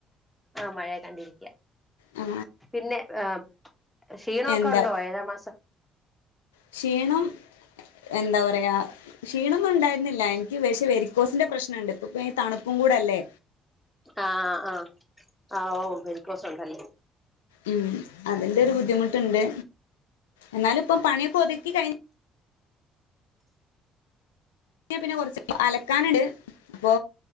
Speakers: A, in the centre; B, on the left.
A: ആഹ മഴയെ കണ്ടിരിക്കയ
B: ആ
A: പിന്നെ ഏഹ്, ക്ഷീണൊക്കെ
B: എന്താ
A: ഉണ്ടോ ഏഴാമാസം
B: ക്ഷീണം എന്താ പറയാ ക്ഷീണൊന്നും ഉണ്ടായിരുന്നില്ല എനിക്ക് വി വെരിക്കോസിന്റെ പ്രശ്നുണ്ട് ഇപ്പം തണുപ്പും കൂടെല്ലേ?
A: ആഹ് ആഹ് ആഹ് ഓഹ് വെരിക്കോസ് ഉണ്ടന്നെ
B: ഉം അതിന്റെ ഒരു ബുദ്ധിമുട്ടുണ്ട്. എന്നാലിപ്പൊ പണിയൊക്കെ ഒതുക്കി കഴിഞ്ഞ പിന്നെ കുറച്ച് അലക്കാനിണ്ട്. അപ്പൊ